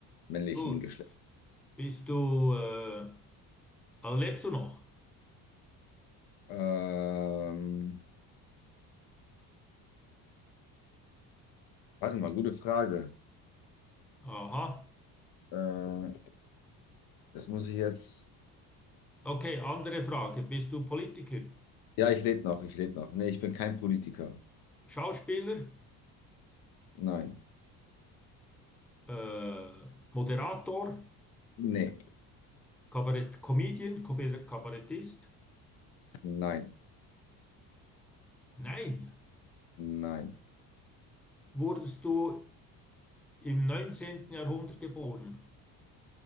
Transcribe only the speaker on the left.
männlichen
Geschlecht.
Ähm, Warte mal, gute Frage.
Äh, das muss ich jetzt.
Ja, ich lebe noch, ich lebe noch. Nee, ich bin kein Politiker.
Nein.
Nee.
Nein.
Nein.